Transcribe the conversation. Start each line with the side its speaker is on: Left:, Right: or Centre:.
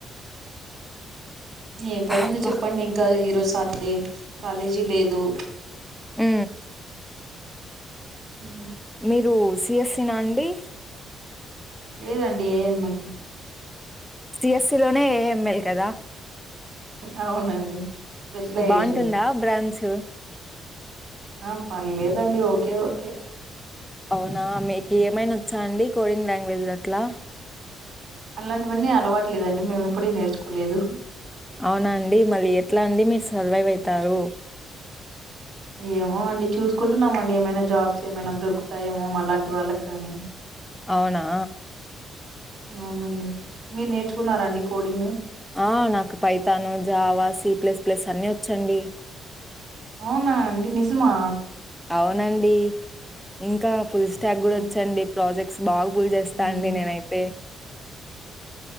Right: ఏం పనిందో
Centre: అబ్బా!
Right: చెప్పండి. ఇంకా ఈరోజు సాటర్డే కాలేజీ లేదు
Centre: హ్
Right: ఉ
Centre: మీరు సి ఎస్సి నా అండి
Right: లేదండి ఏ ఎమ్ ఎల్
Centre: సి ఎ స్సి లోనే ఏ ఎం ఎల్ కదా
Right: అవునండి స్పెషలైజేషన్
Centre: బాగుంటుందా బ్రాంచ్
Right: ఆ పర్లేదండి ఓకే ఓకే
Centre: అవునా మీకు ఏమైనా వోచ్చా అండి కోడింగ్ లాంగ్వేజ్ లు అట్లా
Right: అలాంటివన్నీ అలవాటు లేదండి మేము ఇప్పుడీ నేర్చుకోలేదు
Centre: అవునా అండి మరీ ఎట్లా అండి మీరు సర్వైవ్ అవుతారు
Right: ఏమో అండి చూసుకుంటున్నామండి. ఏమైనా జాబ్స్ ఏమైనా దొరుకుతాయేమో మాలాంటి వాళ్ళకి కాని
Centre: అవునా
Right: అవునండి. మీరు నేర్చుకున్నారాండి కోడింగ్
Centre: ఆ నాకు పైతాను జావా సి ప్లేస్ ప్లేస్ అన్ని వచ్చండి
Right: అవునా అండి నిజమా
Centre: అవునండి ఇంకా పుల్స్ ట్యాగ్
Right: హ్మ్.
Centre: కూడా వచ్చండి ప్రాజెక్ట్స్ బాగు బుల్ జేస్తా
Right: అవునా
Centre: అండి నేనైతే